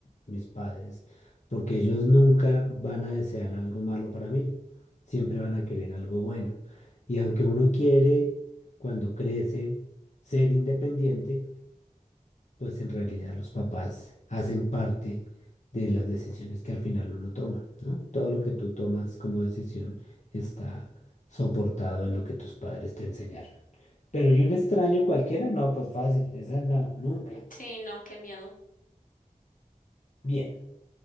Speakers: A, on the left; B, on the left.
A: mis padres, porque ellos nunca van a desear algo malo para mí, siempre van a querer algo bueno. Y aunque uno quiere, cuando crece, ser independiente, pues en realidad los papás hacen parte de las decisiones que al final uno toma, ¿no? Todo lo que tú tomas como decisión está soportado en lo que tus padres te enseñaron. Pero ¿y un extraño cualquiera? No, pues fácil, esa no, nunca.
B: Sí, no, qué miedo.
A: Bien,